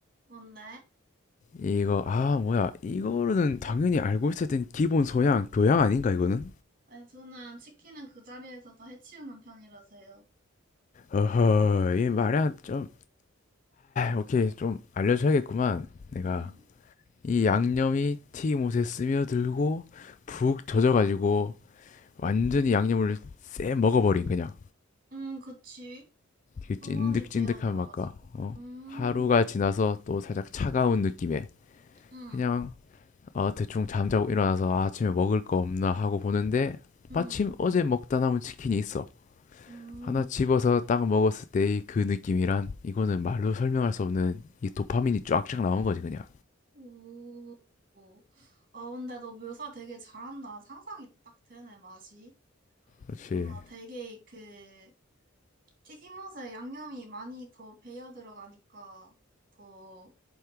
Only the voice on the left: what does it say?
이거 아 뭐야 이거는 당연히 알고 있어야 된 기본 소양 교양 아닌가 이거는
어허 이 말이야 좀아 오케이 좀 알려줘야겠구만 내가
이 양념이 튀김옷에 스며들고 푹 젖어가지고 완전히 양념을 쎄 먹어버린 그냥
그 찐득찐득한
맛과 어
하루가 지나서 또 살짝 차가운 느낌의
그냥 아, 대충 잠자고 일어나서 아, 아침에 먹을 거 없나 하고 보는데
마침 어제 먹다 남은 치킨이 있어.
하나 집어서 딱 먹었을 때의 그 느낌이란 이거는 말로 설명할 수 없는 이 도파민이 쫙쫙 나오는 거지 그냥.
그렇지.